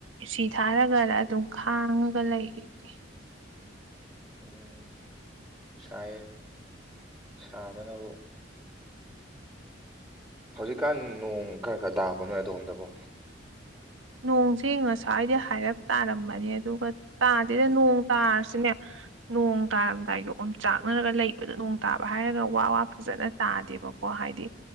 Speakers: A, on the right; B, on the right.
A: ꯁꯤ ꯊꯥꯔꯒꯔ ꯑꯗꯨꯝ ꯈꯥꯡꯉꯒ ꯂꯩꯅꯦ
B: ꯎꯝ ꯁꯑꯌꯦꯦ ꯁꯥꯕꯅꯕꯨ ꯍꯧꯖꯤꯛꯀꯥꯟ ꯅꯣꯡ ꯈꯔ ꯈꯔ ꯇꯥꯕꯅꯣꯏ ꯑꯗꯣꯝꯗꯕꯨꯣ
A: ꯅꯣꯡꯁꯤꯦ ꯉꯁꯋꯥꯥꯏꯗꯤ ꯍꯥꯏꯔꯞ ꯇꯥꯔꯝꯕꯅꯦ ꯑꯗꯨꯒ ꯇꯥꯗꯦꯗ ꯅꯣꯡ ꯇꯥꯔꯁꯤꯅꯦ ꯅꯣꯡ ꯇꯥꯔꯝꯗꯥꯏꯗꯣ ꯑꯗꯨꯝ ꯆꯥꯛꯅꯔꯒ ꯂꯩꯕꯗ ꯅꯣꯡ ꯇꯥꯕ ꯍꯥꯏꯔꯒ ꯋꯥ ꯋꯥ ꯐꯖꯅ ꯇꯥꯗꯦꯕꯀ ꯀꯣ ꯍꯥꯏꯗꯤ